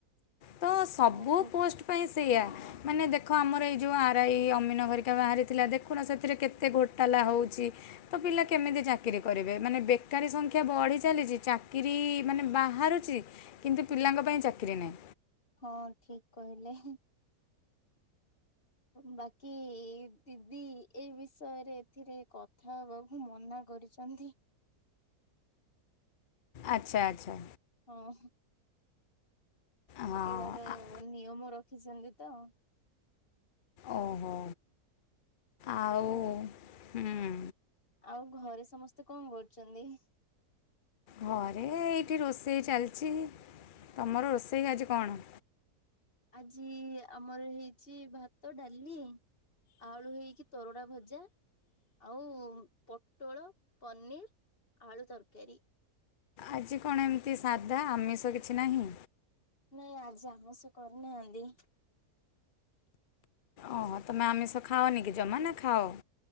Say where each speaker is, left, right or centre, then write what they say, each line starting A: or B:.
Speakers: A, on the left (about 80°); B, on the left (about 35°).
A: ତ ସବୁ
B: ବହୁତ
A: ପୋଷ୍ଟ ପାଇଁ ସେଇଆ। ମାନେ ଦେଖ ଆମର ଏଇ ଯୋଉ ଆରଇ ଅମିନ ହରିକା ବାହାରିଥିଲା ଦେଖୁନ ସେଥିରେ କେତେ ଘୋଟାଲା ହଉଛି। ତ ପିଲା କେମିତି ଚାକିରୀ କରିବେ ମାନେ ବେକାରୀ ସଂଖ୍ୟା ବଢି ଚାଲିଛି ଚାକିରି ମାନେ ବା ବାହାରୁଛି କିନ୍ତୁ ପିଲାଙ୍କ ପାଇଁ ଚାକିରି ନାହିଁ।
B: ହଁ ଠିକ କହିଲେ। ବାକି ଦିଦି ଏଇ ବିଷୟରେ ଏଥିରେ କ ଥା ହବାକୁ ମନା କରିଛନ୍ତି।
A: ଆଚ୍ଛା ଆଚ୍ଛା।
B: ହଁ।
A: ହଁ
B: ଏଇଟାର
A: ଆ-
B: ନିୟମ ରଖିଛନ୍ତି ତ।
A: ଓହୋ। ଆଉ
B: ସେହିଁ
A: ହୁଁ
B: ଆଉ ଘରେ ସମସ୍ତେ କଣ କରୁଛନ୍ତି?
A: ଘରେ ଏଇଠି ରୋଷେଇ ଚାଲିଛି ତମର ରୋଷେଇ ଆଜି କଣ?
B: ଆଜି ଆମର ହେଇଛି ଭା ତ ଡାଲି ଆଳୁ ହେଇକି ତରଡ଼ା ଭଜା ଆଉ ପଟୋଳ ପନିର୍ ଆଳୁ ତରକାରୀ।
A: ଆଜି କଣ ଏମିତି ସାଧା ଆମିଷ କିଛି ନାହିଁ?
B: ନାଇଁ ଆଜି ଆମିସ କରିନାହାନ୍ତି।
A: ଓହୋ ତମେ ଆମିଷ ଖାଅନି କି ଜମା ନା ଖାଅ?